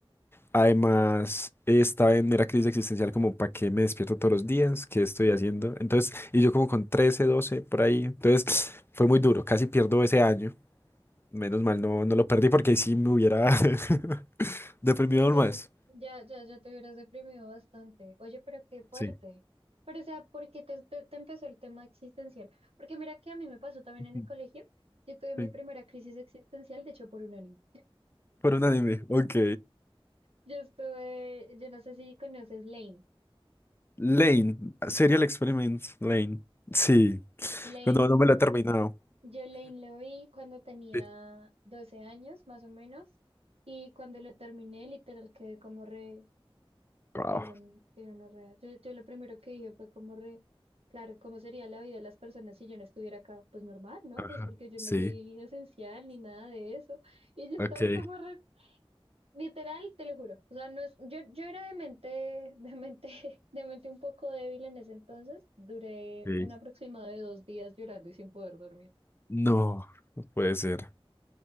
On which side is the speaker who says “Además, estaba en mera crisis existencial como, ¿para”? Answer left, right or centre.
Left